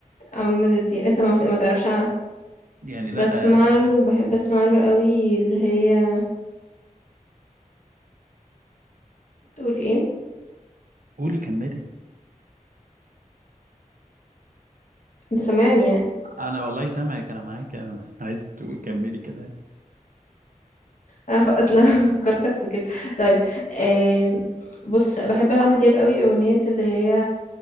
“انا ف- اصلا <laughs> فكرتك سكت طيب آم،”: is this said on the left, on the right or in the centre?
Left